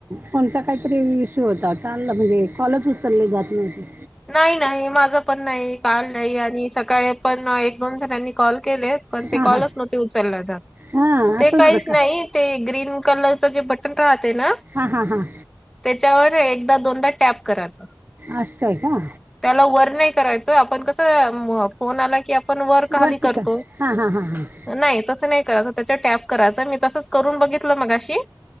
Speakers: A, on the right (about 25°); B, in the centre.
A: फोनचा काहीतरी इश्यू होता. चांलला म्हणजे कॉलच उचलले जात नव्हते.
B: नाही नाही माझं पण नाही. काल नाही. आणि सकाळी पण एक दोन जणांनी कॉल केलेत. पण ते
A: हां
B: कॉलच
A: हां
B: नव्हते उचलला जात.
A: हां
B: ते
A: असंच
B: काहीच
A: होतं का
B: नाही. ते ग्रीन कलरच जे बटन राहते ना ते
A: हा हा हा
B: त्याच्यावर एकदा दोनदा टॅप कराच.
A: आस्स हाय का?
B: त्याला वर नाही करायच. आपण कस म फोन आला की आप पण वर खाली
A: वरती
B: करतो
A: का हां हां हां हां
B: नाही तसं नाही करायच. त्याच्या टॅप करायच. मी तसंच करून बघितल मघाशी.